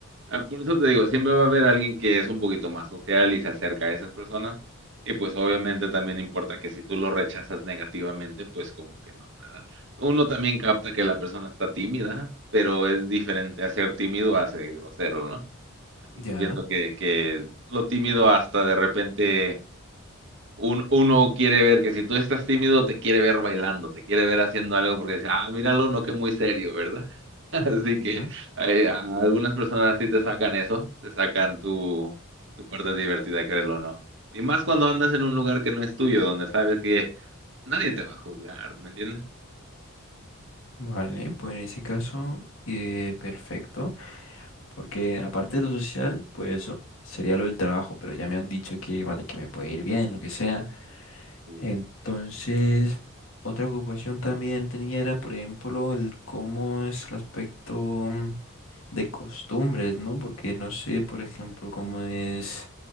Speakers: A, on the right; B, on the left.
A: Ah, Por eso te digo, siempre va a haber alguien que es un poquito más social y se acerca a esas personas. Y pues obviamente también importa que si tú lo rechazas negativamente, pues como que no, ¿verdad? Uno también capta que la persona está tímida, pero es diferente a ser tímido a ser grosero, ¿no? Así que
B: ya,
A: pienso que, que lo tímido hasta de repente un- uno quiere ver que si tú estás tímido, te quiere ver bailando, te quiere ver haciendo algo porque dice, ah, míralo, no que muy serio, ¿verdad? <laughs> Así que
B: ujú,
A: ay, a algunas personas sí te sacan eso, te sacan tu, tu parte divertida, créelo o no. Y más cuando andas en un lugar que no es tuyo, donde sabes que nadie te va a juzgar, ¿me entiendes?
B: Vale, pues en ese caso, eh, perfecto, porque aparte de lo social, pues eso sería lo del trabajo, pero ya me han dicho que, vale, que me puede ir bien, lo que sea.
A: Así
B: Entonces,
A: es.
B: otra ocupación también tenía era, por ejemplo, el cómo es el aspecto mm, de costumbres, ¿no? Porque no sé, por ejemplo, cómo es